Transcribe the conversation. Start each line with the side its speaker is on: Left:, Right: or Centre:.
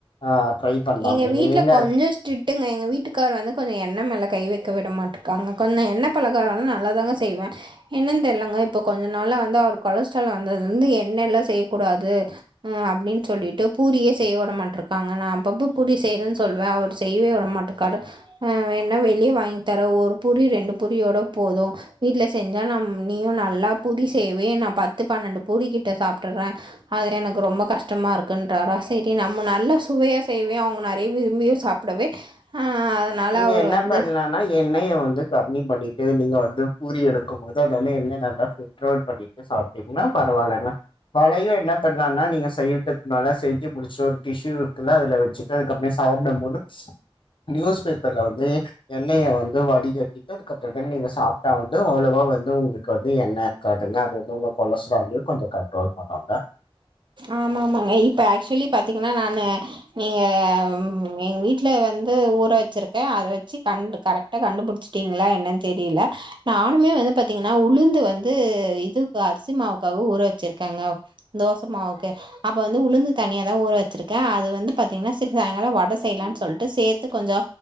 Left: ஆ ட்ரை பண்ணலாமே
Right: எங்க வீட்ல
Left: ஏங்க
Right: கொஞ்ச ஸ்ட்ரிட் டுங்க எங்க வீட்டுக்கார் வந்து கொஞ்ச எண்ணெ மேல கை வெக்க விட மாட்டுக்காங்க கொஞ்ச எண்ண பலகாரோலா நல்லாதாங்க செய்வே என்னன் தெர்லங்க இப்போ கொஞ்ச நாள வந்து அவர் கொலஸ்ட்ரால் வந்ததுலந்து எண்ணெல்லா செய்யக்கூடாது அ அப்டின் சொல்லிட்டு பூரியே செய்ய விடமாட்ருக்காங்க நா அப்பப்போ பூரி செய்றேன் சொல்வே அவுர் செய்வே உடமாட்டுக்காரு ஆ வேன்னா வெளியே வாங்கி தரே ஒரு பூரி ரெண்டு பூரியோட போது வீட்ல செஞ்சா நம் நீயு நல்லா பூரி செய்வே நா பத்து பன்னண்டு பூரி கிட்ட சாப்ட்ருவே அது எனக்கு ரொம்ப கஷ்டமா இருக்குன்றாரா சரி நம்ம நல்ல சுவையா செய்வே அவுங்க நெறைய விரும்பியு சாப்டவே அதனால
Left: நீங்க
Right: அவர்
Left: என்ன
Right: வந்து
Left: பண்லா ஆனா எண்ணய வந்து கம்மி பண்ணிட்டு நீங்க வந்து பூரி எடுக்கும் போது அது வந்து எண்ண நல்லா <unintelligible> சாப்டிங்னா பரவால்லங்க வலையு என்ன பண்லான்னா நீங்க செய்றதுக் முன்னால செஞ்சு முடுச்சோட்டி டிஸ்சுக்குள்ள அதுல வெச்சு அதுக் அப்டி சாப்டும் போது நியூஸ் பேப்பர்ல வந்து எண்ணய வந்து வடிகட்டிட்டு அதுக்கப்புற த நீங்க சாப்ட்டா வந்து அவ்வளோவா வந்து உங்கள்க்கு வந்து எண்ண காட்டுந்தா அது வந்து உங்க கொலஸ்ட்ராலயு கொஞ்ச கண்ட்ரோல் பண்ணுங்க
Right: ஆமா ஆமாங்க இப்ப ஆக்சுலி பாத்தீங்கன்னா நானு நீங்க ம் நீங்க எங்க வீட்ல வந்து ஊற வச்சுருக்கே அத வச்சு கண்டு கரெக்டா கண்டுபுடுச்சிடீங்களா என்னன் தெரீல நானுமே வந்து பாத்தீங்கன்னா உளுந்து வந்து இது அரிசி மாவுக்காக ஊற வச்சிருக்கேங்க தோசமாவுக்கு அப்ப வந்து உளுந்து தனியாதா ஊற வச்சிருக்கே அது வந்து பாத்தீங்கன்னா செரி சாயங்காலொ வட செய்லான் சொல்ட்டு சேத்து கொஞ்சோ